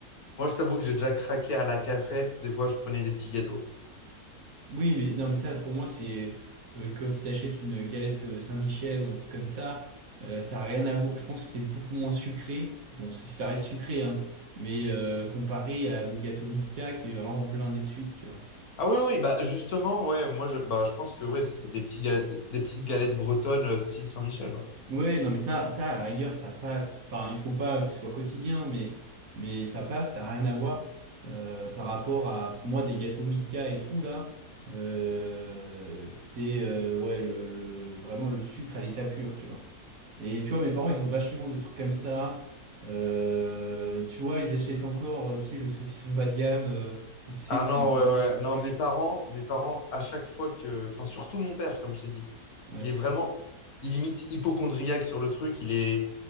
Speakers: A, on the left (about 70°); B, on the right (about 60°).
A: Moi, je t'avoue que j'ai déjà craqué à la cafette. Des fois, je prenais des petits gâteaux.
B: Oui, mais non, mais ça, pour moi, c'est euh, quand tu t'achètes une galette euh, Saint-Michel ou un truc comme ça, euh, ça n'a rien à voir. Je pense que c'est beaucoup moins sucré. Bon, c'est- ça reste sucré, hein, mais euh, comparé à le gâteau Milka qui est vraiment plein de sucre tu vois.
A: Ah oui, oui, oui, bah justement, ouais, moi, je, bah, je pense que ouais, c'était des petits ga- des petites galettes bretonnes euh, style Saint-Michel, ouais.
B: Ouais, non, mais ça, ça, à la rigueur, ça passe. Enfin, il faut pas que ce soit quotidien, mais, mais ça passe, ça n'a rien à voir euh, par rapport à, pour moi, des gâteaux Milka et tout, là. euh, c'est euh, ouais, le, le- vraiment le sucre à l'état pur, tu vois. Et tu vois, mes parents, ils ont vachement de trucs comme ça. Euh, tu vois, ils achètent encore, euh, tu sais, le saucisson bas de gamme, euh, ou tu sais,
A: Ah non,
B: qui est blindé
A: ouais, ouais. Non,
B: de prix.
A: mes parents, mes parents, à chaque fois que... Enfin, surtout mon père, comme je t'ai dit.
B: Ouais.
A: Il est vraiment limite hypocondriaque sur le truc. Il est...